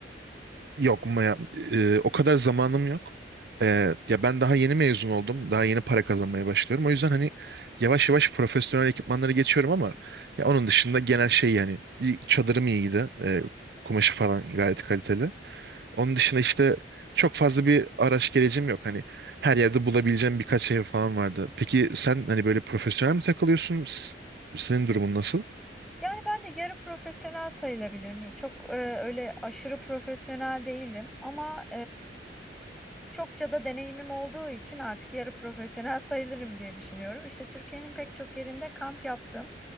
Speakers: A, on the right (about 60°); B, in the centre.
A: yok ma- ya, e, o kadar zamanım yok. E, ya ben daha yeni mezun oldum. Daha yeni para kazanmaya başlıyorum. O yüzden hani yavaş yavaş profesyonel ekipmanları geçiyorum ama ya onun dışında genel şey yani bir çadırım iyiydi. E, kumaşı falan gayet kaliteli. Onun dışında işte çok fazla bir araç gerecim yok. Hani her yerde bulabileceğim birkaç ev falan vardı. Peki sen hani böyle profesyonel mi takılıyorsun? S- Senin durumun nasıl?
B: Yani ben de yarı profesyonel sayılabilirim. Çok e, öyle aşırı profesyonel değilim ama Çokça da deneyimim olduğu için artık yarı profesyonel sayılırım diye düşünüyorum. İşte Türkiye'nin pek çok yerinde kamp yaptım.